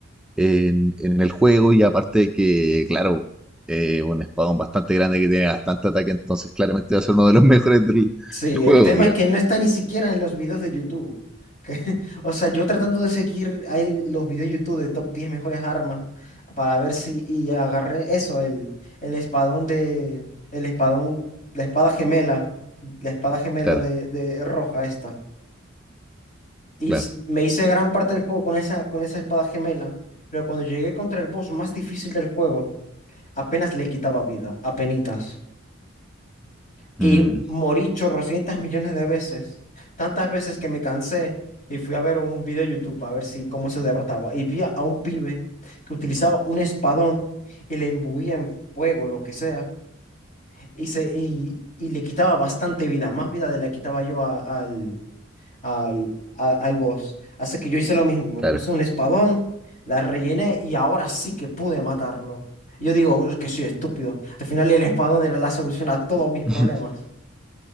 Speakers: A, in the centre; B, on the left.
A: en, en el juego y aparte de que, claro, eh, un espadón bastante grande que tiene bastante ataque, entonces claramente va a ser uno de los <laughs> mejores del,
B: Sí,
A: del juego,
B: el tema
A: digamos.
B: es que no está ni siquiera en los videos de YouTube. que- <laughs> o sea, yo tratando de seguir ahí los videos de YouTube de top 10 mejores armas para ver si y agarré eso, el, el espadón de el espadón, la espada gemela, la espada gemela
A: Claro,
B: de, de roja esta. Y
A: claro.
B: s- me hice gran parte del juego con esa con esa espada gemela, pero cuando llegué contra el boss más difícil del juego, apenas le quitaba vida, apenitas. Y
A: Mm,
B: morí chorrocientas millones de veces. Tantas veces que me cansé y fui a ver un video de YouTube a ver si cómo se derrotaba. Y vi a un pibe que utilizaba un espadón y le imbuía en fuego, lo que sea. Y, se, y, y le quitaba bastante vida, más vida de la que quitaba yo a- al, al, a- al boss. Así que yo hice lo mismo, me
A: claro.
B: puse un espadón, la rellené y ahora sí que pude matarlo. Yo digo "Es que soy estúpido. Al final el espadón era la solución a todos mis problemas.
A: <laughs>